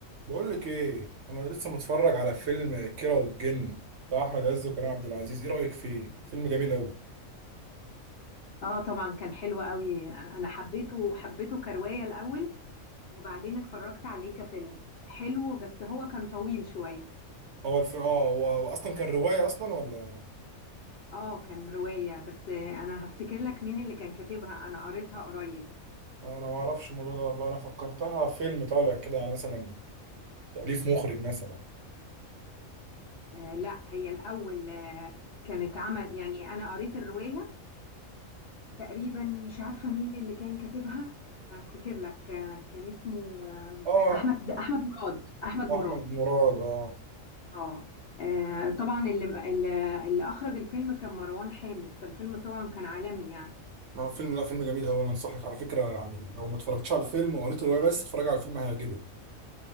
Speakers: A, on the right; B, on the left.
A: بقول لك ايه انا لسه متفرج على فيلم كيرة والجن بتاع احمد عز وكريم عبد العزيز ايه رايك فيه فيلم جميل قوي
B: اه طبعا كان حلو قوي انا حبيته حبيته كرواية الاول وبعدين اتفرجت عليه كفيلم حلو بس هو كان طويل شوية
A: هو الف... اه هو هو اصلا كان روايه اصلا ولا
B: اه كان رواية بس آه، انا هفتكر لك مين اللي كان كاتبها انا قريتها قريب
A: انا ما اعرفش الموضوع ده والله انا فكرتها فيلم طالع كده يعني مثلا تاليف مخرج مثلا
B: آه لا هي الاول آه كانت عمل يعني انا قريت الرواية تقريبا مش عارفة مين اللي كان كاتبها هفتكر لك آه كان اسمه آه
A: اه
B: احمد احمد مراد احمد مراد
A: احمد مراد اه
B: اه آه، طبعا اللي اللي اللي اخرج الفيلم كان مروان حامد فالفيلم طبعا كان عالمي يعني
A: هو فيلم لا فيلم جميل قوي انا انصحك على فكره يعني لو ما اتفرجتش على الفيلم وقريت الروايه بس اتفرج على الفيلم هيعجبك